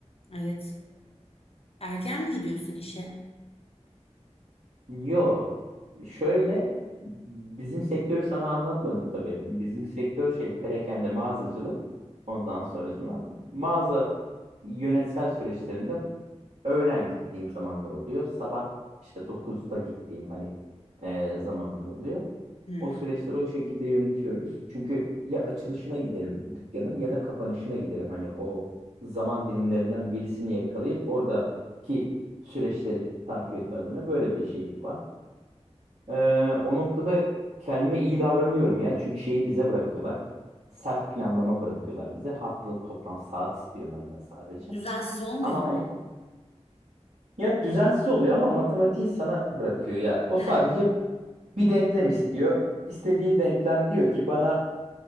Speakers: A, on the left; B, on the right.
A: Evet. Erken mi gidiyorsun işe?
B: Yo, şöyle bizim sektörü sana anlatmadım tabii. Bizim sektör şey perakende mağazacılık. Ondan sonracıma mağaza yönetsel süreçlerinde öğlen gittiğim zamanlar oluyor. Sabah işte dokuzda gittiğim hani e, zamanlar oluyor.
A: Hı.
B: O süreçleri o şekilde yönetiyoruz. Çünkü ya açılışına giderim dükkanın ya da kapanışına giderim. Hani o zaman dilimlerinden birisini yakalayıp oradaki süreçleri takip etme adına böyle bir şeyim var. Ee, o noktada kendime iyi davranıyorum ya. Çünkü şeyi bize bırakıyorlar. Self planlama bırakıyorlar bize. Haftalık toplam saat istiyor benden sadece.
A: Düzensiz olmuyor
B: Ama
A: mu?
B: hani ya düzensiz oluyor ama matematiği sana bırakıyor. Yani o
A: Hı.
B: sadece bir denklem istiyor. İstediği denklem diyor ki bana